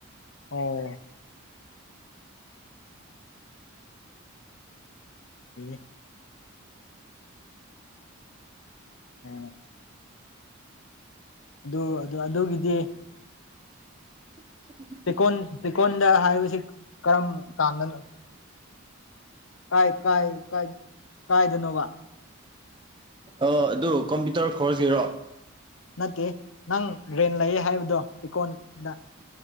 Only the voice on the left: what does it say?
ꯑꯣ ꯑꯦ ꯎꯝ ꯑꯗꯨ ꯑꯗꯨ ꯑꯗꯨꯒꯤꯗꯤ
ꯇꯦꯀꯣꯟ ꯇꯦꯀꯣꯟꯗ ꯍꯥꯏꯕꯁꯤ ꯀꯔꯝ ꯀꯥꯟꯗ ꯀꯥꯏ ꯀꯥꯏ ꯀꯥꯏ ꯀꯥꯏꯗꯥꯅꯣꯕ꯫
ꯅꯠꯇꯦ ꯅꯪ ꯔꯦꯟ ꯂꯩꯌꯦ ꯍꯥꯏꯕꯗꯣ ꯏꯀꯣꯟꯗ